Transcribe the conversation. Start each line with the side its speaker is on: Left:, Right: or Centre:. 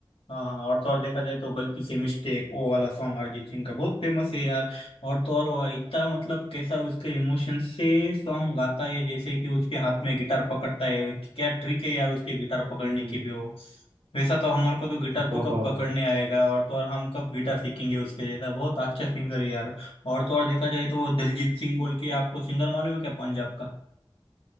Left: हाँ हाँ और तो और देखा जाए तो गलती से मिस्टेक वो वाला सॉन्ग अरिजीत सिंह का बहुत फेमस है यार और तो और वो इतना मतलब कैसा उसके इमोशन से सॉन्ग गाता है जैसे कि उसके हाथ में गिटार पकड़ता है क्या ट्रिक है यार उसके गिटार पकड़ने
Right: हम्म
Left: की भी हो वैसा तो हमारे को तो गिटार
Right: वाह,
Left: तो कब
Right: वाह,
Left: पकड़ने
Right: वाह।
Left: आएगा और तो और हम कब गिटार सीखेंगे उसके जैसा बहुत अच्छा सिंगर है यार और तो और देखा जाए तो वो दलजीत सिंह बोल के आपको सिंगर मालूम है क्या पंजाब का